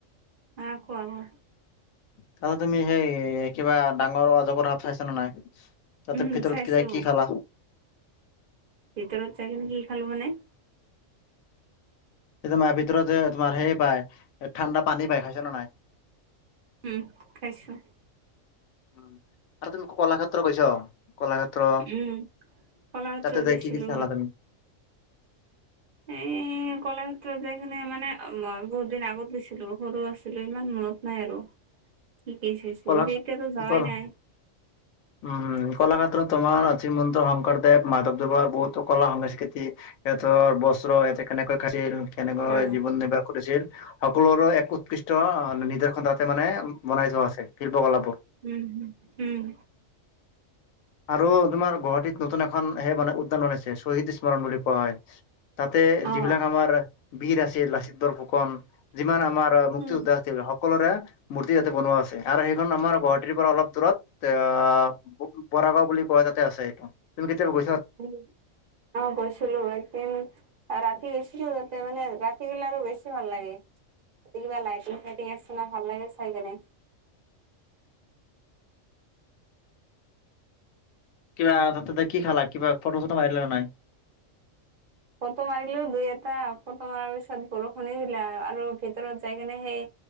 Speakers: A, on the right; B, on the left.
A: উম, কোৱা কোৱা।
B: তাতে তুমি সেই, কিবা ডাঙৰ অজগৰ সাপ চাইছা নে নাই? তাতে
A: উম
B: ভিতৰত
A: চাইছো,
B: কি কি খালা
A: ভিতৰত যাই কিনে কি খালো মানে
B: সেই তোমাৰ ভিতৰত যে তোমাৰ সেই পাই, ঠাণ্ডা পানী পাই, খাইছা নে নাই?
A: উম, খাইছো।
B: উম, আৰু তুমি কলাক্ষেত্ৰ গৈছ? কলাক্ষেত্ৰ,
A: উম কলাক্ষেত্ৰত
B: তাতে যাই
A: গৈছিলো
B: কি কি চালা তুমি?
A: এই কলাক্ষেত্ৰত যাই কিনে মানে, মই বহুত দিন আগত গৈছিলো। সৰু আছিলো, ইমান মনত নাই আৰু। কি কি চাইছিলোঁ,
B: কলা
A: কিন্তু এতিয়াতো যোৱাই
B: কলা
A: নাই।
B: উম, কলাক্ষেত্ৰত তোমাৰ শ্ৰীমন্ত শংকৰদেৱ মাধৱদেৱৰ বহুতো কলা সংস্কৃতি সিহঁতৰ বস্ত্ৰ, ইহঁতে কেনেকৈ খাইছিল, কেনেকৈ
A: অ
B: জীৱন নিৰ্বাহ কৰিছিল সকলোৰো এক উৎকৃষ্ট নিদৰ্শন তাতে মানে বনাই থোৱা আছে, শিল্পকলাবোৰ।
A: উম, উম।
B: <inaudible> আৰু তোমাৰ গুৱাহাটীত নতুন এখন সেই মানে উদ্যান বনাইছে, শ্বহীদ স্মৰণ বুলি কোৱা হয়। তাতে
A: অ
B: যিবিলাক আমাৰ বীৰ আছে, লাচিত বৰফুকন যিমান আমাৰ মুক্তিযোদ্ধা
A: উম
B: আছিল, সকলোৰে মূৰ্তি তাতে বনোৱা আছে, আৰু সেইখন আমাৰ গুৱাহাটীৰ পৰা অলপ দূৰত, অ' বৰাগাঁও বুলি কোৱা হয় তাতে আছে এইটো, এইটো কেতিয়াবা গৈ
A: উম, অ' গৈছিলো একদিন ৰাত ৰাতি গৈছিলো তাতে মানে, ৰাতি গ'লে আৰু বেছি ভাল লাগে। তাতে কিবা লাইটিং চাইটিং আছে না, ভাল লাগে চাই কিনে।
B: কিবা তাত-তাতে কি খালা, কিবা ফটো চটো মাৰিলা নে নাই?
A: ফটো মাৰিলো দুই এটা, ফটো মৰাৰ পিছত বৰষুণেই দিলে, আৰু ভিতৰত যাই কিনে সেই